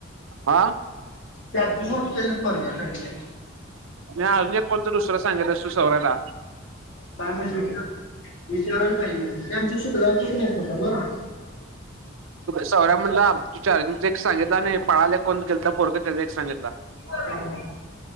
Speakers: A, on the right; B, on the left.
A: आा
B: त्या दोन स्वर्गासाठी त्या
A: नाहीी अजून एक कोणता दुसरा सांगितत असू सौरा्याला
B: काय नाही विचार विचाराला पाहिजे म्हणजे आम शेजारचच नाहीेत होत ना
A: सौरा्या म्हणला तुझ अज एक सांगितला आणि पळाले कोण गेल तर बोरक त्याचा एक सांगितला
B: हो ह